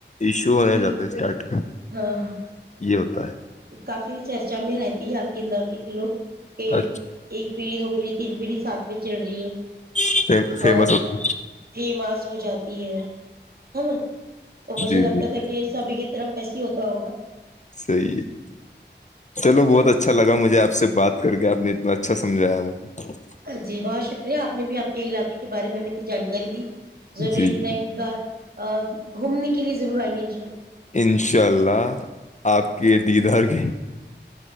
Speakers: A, on the left; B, on the right.
A: ایشو ہونے
B: ج
A: جاتا ہے اسٹارٹ
B: ہاں ہاں
A: یہ ہوتا
B: کافی چرچا میں رہتی ہے آپ ک ل کے کلو
A: ہے
B: کہ ایک پیڑی ا پڑی <unintelligible> تین پیڑھی ساتھ میں چل رہی ہے <unintelligible>
A: اچھا فیمس
B: اور
A: ہوتا
B: ف ماس ہو جاتی ہے ہے نا تو
A: ہے
B: مجھے
A: جی
B: لگتا
A: جی
B: تھا کہ ساب طرف ایسے ہوتا ہوگا <unintelligible>
A: صی ہے <unintelligible> چلو بہت
B: ہے نا
A: اچھا لگا مجھے آپ سے بات کر کے آپ میں اتنا اچھا سمجایا مجھے <unintelligible>
B: جی بہت شکریہ آپ نے بھی آپ کے علاقے کے بارے میں مت جانکاری دی ضرور
A: جی
B: ایک ن
A: جی
B: ایک بار گھومنے کے لیے ضرور آئیں گے <unintelligible>
A: انشاء اللہ آپ کے دیدار کی